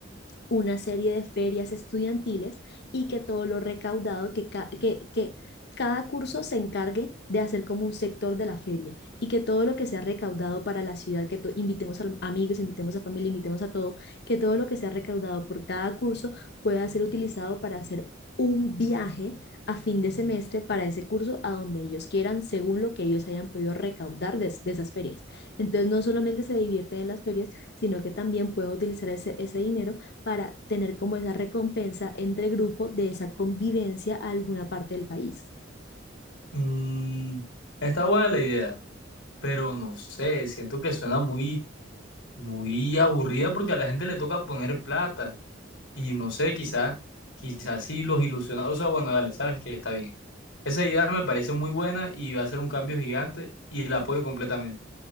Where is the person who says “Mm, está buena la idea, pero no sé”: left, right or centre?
Left